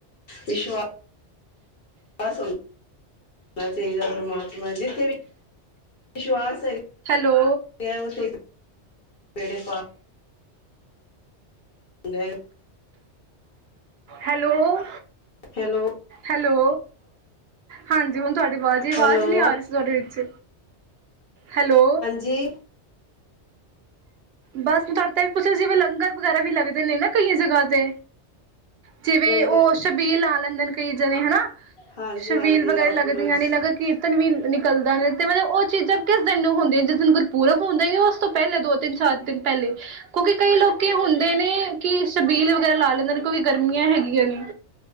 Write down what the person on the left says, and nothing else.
ਵਿਸ਼ਵਾਸ ਹੁੰਦਾ ਹੋਣਾ ਚਹੀਦਾ ਪਰਮਾਤਮਾ ਵਿੱਚ ਜਿੱਥੇ ਵੀ ਵਿਸ਼ਵਾਸ ਹੈਗਾ
ਗਿਆ ਉਹ ਤੇ ਸਵੇਰੇ ਪਾ ਗਏ
ਹੈਲੋ
ਹੈਲੋ
ਜੀ
ਲੰਗਰ
ਹਾਂਜੀ
ਹਾਂਜੀ
ਅੰਕੁਰਜ